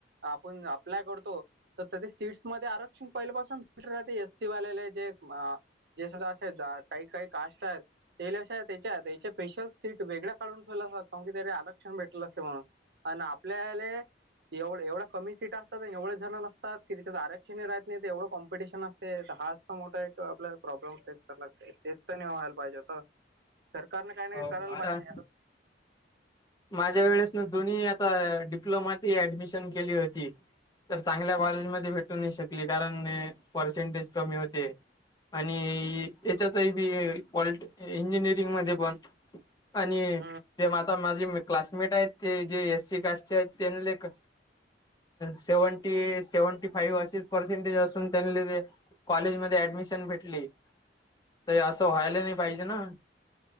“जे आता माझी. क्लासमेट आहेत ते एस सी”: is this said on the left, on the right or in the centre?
Left